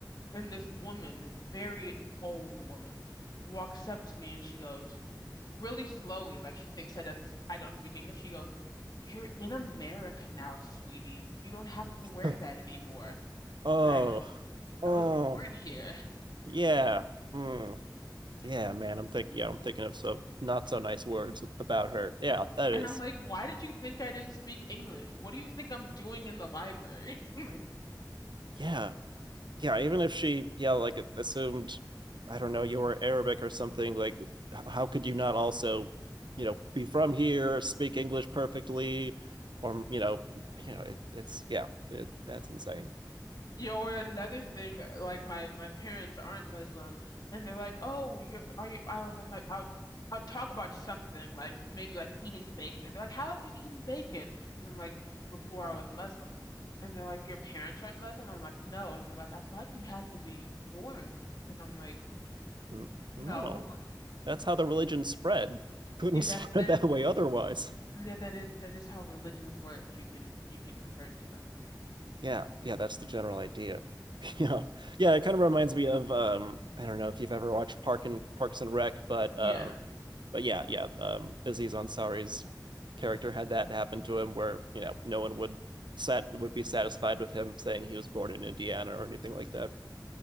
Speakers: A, on the left (about 60°); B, on the right (about 85°).
A: and this woman, this very old woman, walks up to me and she goes really slowly, like she thinks I doesn't I don't speak English. She goes, "You're in America now, sweetie. You don't have to wear
B: Huh.
A: that anymore."
B: Oh,
A: And I go,
B: oh,
A: "I was born here." <laughs>
B: yeah. Mm. Yeah, man, I'm thinking. Yeah, I'm thinking of some not so nice words about her. Yeah, that
A: And
B: is.
A: I'm like, why did you think I didn't speak English? What do you think I'm doing in the library? <laughs> I'm like,
B: Yeah, yeah. Even if she, yeah, like assumed, I don't know, you were Arabic or something. Like, h- how could you not also, you know, be from here, speak English perfectly, or you know, you know, it, it's yeah, it, that's insane.
A: Yeah, or another thing, like my my parents aren't Muslim, and they're like, "Oh, you're are you?" I was like, "My I would I would talk about something like maybe like eating bacon." And they're like, "How have you eaten bacon?" And I'm like, "Before I was Muslim," and they're like, "Your parents aren't Muslim?" I'm like, "No," and they're like, "I thought you had to be born," and I'm like,
B: N-
A: "No,
B: No, that's how the religion spread. Couldn't
A: yeah,
B: <laughs> spread
A: that's that.
B: that way otherwise.
A: Yeah, that is that is how religions work. You can you can convert to them."
B: yeah yeah that's the general idea <laughs> yeah yeah it kind of reminds me of um i don't know if you've ever watched park and parks and rec but
A: Yeah.
B: um but yeah yeah um aziz ansari's character had that happen to him where you know no one would sat would be satisfied with him saying he was born in indiana or anything like that